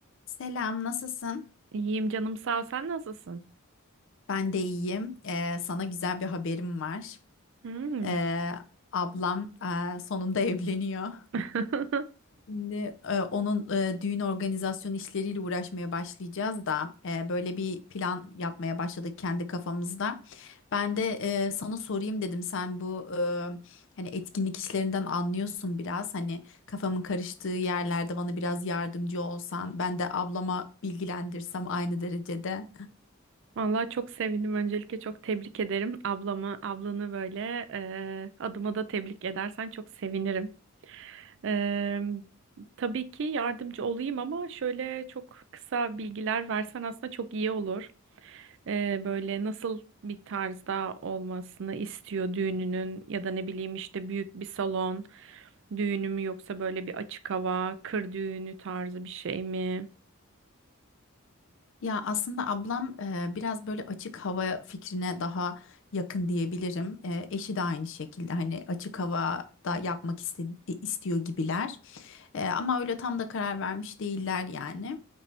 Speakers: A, on the left (about 60°); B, on the right (about 60°).
A: Selam, nasılsın?
B: İyiyim canım sağ ol. Sen nasılsın?
A: Ben de iyiyim. Ee, sana güzel bir haberim var.
B: Hmm.
A: Ee, ablam e, sonunda <laughs> evleniyor.
B: <laughs>
A: Şimdi e, onun e, düğün organizasyon işleriyle uğraşmaya başlayacağız da e, böyle bir plan yapmaya başladık kendi kafamızda. Ben de e, sana sorayım dedim. Sen bu e, hani etkinlik işlerinden anlıyorsun biraz. Hani kafamın karıştığı yerlerde bana biraz yardımcı olsan, ben de ablama bilgilendirsem aynı derecede.
B: Vallahi çok sevindim. Öncelikle çok tebrik ederim ablamı, ablanı böyle e, adıma da tebrik edersen çok sevinirim. E, tabii ki yardımcı olayım ama şöyle çok kısa bilgiler versen aslında çok iyi olur. E, böyle nasıl bir tarzda olmasını istiyor düğününün ya da ne bileyim işte büyük bir salon düğünü mü yoksa böyle bir açık hava, kır düğünü tarzı bir şey mi?
A: Ya aslında ablam e, biraz böyle açık hava fikrine daha yakın diyebilirim. E, eşi de aynı şekilde hani açık havada yapmak iste- istiyor gibiler. E, ama öyle tam da karar vermiş değiller yani.